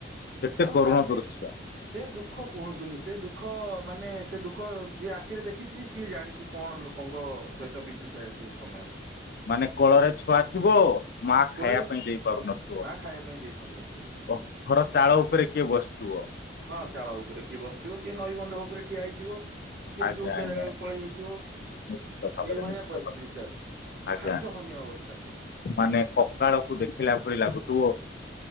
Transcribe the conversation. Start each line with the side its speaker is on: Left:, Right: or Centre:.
Left: କେତେ
Right: ଆଉ
Left: କରୁଣ
Right: ସାର୍ ସେ
Left: ଦୃଶ୍ୟ
Right: ସେ ଦୁଃଖ କୁହନ୍ତୁନି ସେ ଦୁଃଖ ମାନେ ସେ ଦୁଃ କଣ ଯିଏ ଆଖିରେ ଦେଖିଚି ସିଏ ଜାଣିଚି କଣ ଲୋକଙ୍କ ସହିତ ବିତୁଥାଏ ସେ ସମୟରେ।
Left: ମାନେ କୋଳରେ ଛୁଆ ଥିବ ମା
Right: କୋଳରେ
Left: ଖାଇବା ପାଇଁ ଦେଇ ପାରୁନଥିବ।
Right: ମା ଖାଇଆ ପାଇଁ ଦେଇପାରୁନଥିବ।
Left: ପକଡ ଚାଳ ଉପରେ କିଏ ବସିଥିବ।
Right: ହଁ ଚାଳ ଉପରେ କିଏ ବସିଥିବ କିଏ ନଈବନ୍ଧ ଉପରେ ଠିଆ ହେଇଥିବ। କିଏ ଟିକେ
Left: ଆଜ୍ଞା
Right: ଉଚ୍ଚା
Left: ଆଜ୍ଞା
Right: ଜାଗାକୁ ପଳେଇ ଯାଇଥିବ।
Left: ନିଶ୍ଚିତ ଭାବରେ
Right: ଏଇଭଳିଆ
Left: ନିଶ୍ଚିତ
Right: ପରିସ୍ଥିତି
Left: ଭାବରେ।
Right: ସାର୍
Left: ଆଜ୍ଞା
Right: ଭାରି ଦଗନୀୟ ଅବସ୍ତା।
Left: ମାନେ କକାଳକୁ ଦେଖିଲା ଭଳି ଲାଗୁଥିବ।